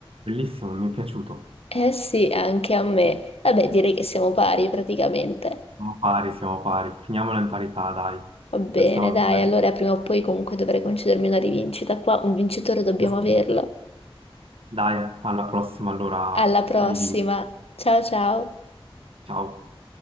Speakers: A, on the right; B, on the left.
A: bellissimo, mi è piaciuto.
B: Eh sì, anche a me. Vabbè, direi che siamo pari praticamente.
A: Siamo pari, siamo pari. Finiamola in parità, dai.
B: Va bene,
A: Per stavolta
B: dai,
A: va bene
B: allora
A: così.
B: prima o poi comunque dovrei concedermi una rivincita. Qua un vincitore dobbiamo
A: <laughs>
B: averlo.
A: Dai, alla prossima, allora
B: Alla prossima.
A: rivi.
B: Ciao ciao.
A: Ciao.